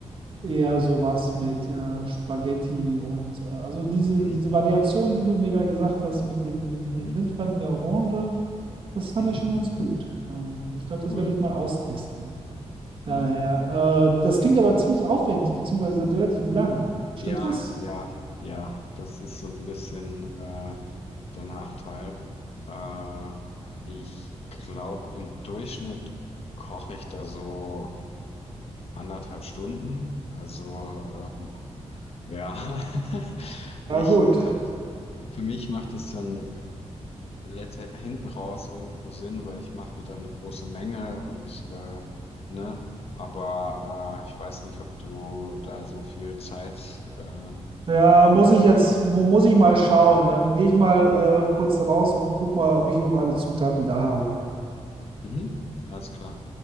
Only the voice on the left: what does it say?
Mhm.
Mhm.
Mhm.
Cool.
Ja.
Ja,
ja, ja, das ist so ein bisschen äh, der Nachteil. Äh, ich glaube, im Durchschnitt koche ich da so anderthalb Stunden. Also ähm, ja, <laughs> ich
äh, für mich macht das dann letzte, hinten raus irgendwo Sinn, weil ich mache mir dann eine große Menge und äh, ne, aber äh, ich weiß nicht, ob du da so viel Zeit äh,
Mhm. Alles klar.